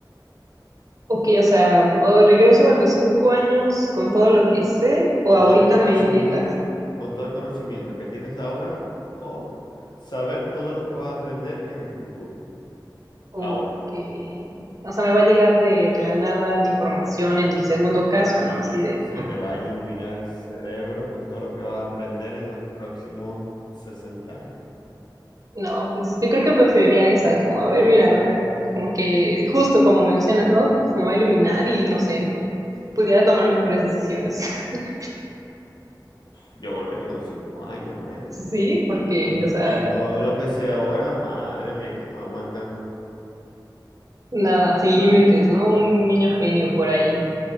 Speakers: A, on the right; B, on the left.
A: Ok, o sea, o regreso a los cinco años con todo lo que sé,
B: Con
A: o ahorita
B: todo el conocimiento,
A: me llega,
B: con todo el conocimiento que tienes ahora o saber todo lo que vas a aprender en el futuro.
A: ok,
B: Ahora.
A: o sea, me va a llegar de, de la nada la información en el segundo caso, ¿no? Así
B: Sí,
A: de,
B: Se te va a iluminar el cerebro con todo lo que vas a aprender en los próximos sesenta años.
A: no, pues yo creo que preferiría esa, como, a ver, mira, a ver, como que justo como mencionas, ¿no? Pues me va a iluminar y no sé, pudiera tomar mejores decisiones. <laughs>
B: Yo volvería a los 5 años, ¿eh?
A: Sí, porque,
B: Con,
A: o sea,
B: con todo lo que sé ahora, madre mía, ¿quién me aguanta? a mí?
A: nada, sin límites, ¿no? Un niño genio por ahí.